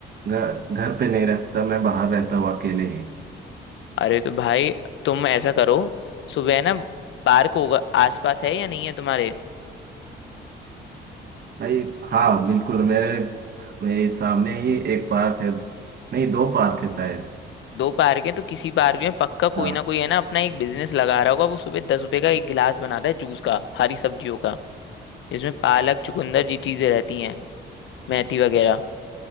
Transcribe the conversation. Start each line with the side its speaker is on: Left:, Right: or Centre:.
Right: घर घर पे नहीं रहता मैं बाहर रहता हूँ अकेले ही
Left: अरे तो भाई तुम ऐसा करो सुबह ना पार्क होगा आसपास है या नहीं है तुम्हारे
Right: भाई हाँ बिल्कुल मेरे मेरे सामने ही एक पार्क है नहीं दो पार्क है शायद
Left: दो पार्क हैं तो किसी पार्क में पक्का
Right: हाँ
Left: कोई ना कोई है ना अपना एक बिजनेस लगा रहा होगा वो सुबह दस रुपए का एक गिलास बनाता है जूस का हरी सब्जियों का जिसमें पालक चुकंदर ये चीजें रहती हैं मेथी वगैरह